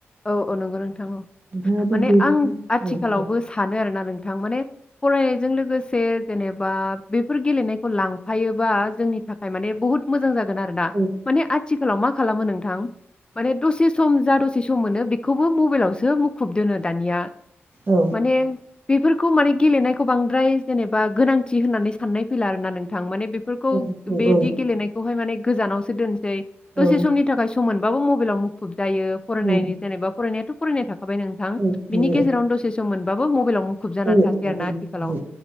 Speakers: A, on the left (about 20°); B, on the right (about 50°).
A: औ औ नंगौ नोंथां
B: नोंथाङाबो
A: माने
B: बे
A: आं आथिखालावबो
B: औ औ
A: सानो आरोना नोंथां माने फरायनायजों लोगोसे जेनेबा बेफोर गेलेनायखौ लांफायो। बा जोंनि थाखाय माने बुहुत मोजां जागोन आरोना
B: औ
A: माने आथिखालाव मा खालामो नोंथां माने दसे सम <unintelligible> ससे सम मोनो बेखौबो मबाइलावसो मुखुब दोनो दानिया
B: औ जागोन औ
A: माने बेफोरखौ माने गेलेनायखौ बांद्राय जेनेबा गोनांथि होननानै साननाय फैला आर ना नोंथां माने बेफोरखौ
B: औ
A: बेदि
B: औ
A: गेलेनायखौहाय माने गोजानाव दोन दसे
B: औ
A: समनि थाखाय सम मोन बाबो मबाइलाव मुुखुब जायो फरायनायनि
B: औ
A: जेनेबा फरायनायाथ' फरायनाय थाखाबाय नोंथां
B: औ
A: बिनि
B: हायो
A: गेजेरावनो
B: औ
A: दसे सम मोनबासो मबाइलाव मुखुब जानानै
B: औ
A: थासै
B: औ
A: आरोना आथिखालाव
B: औ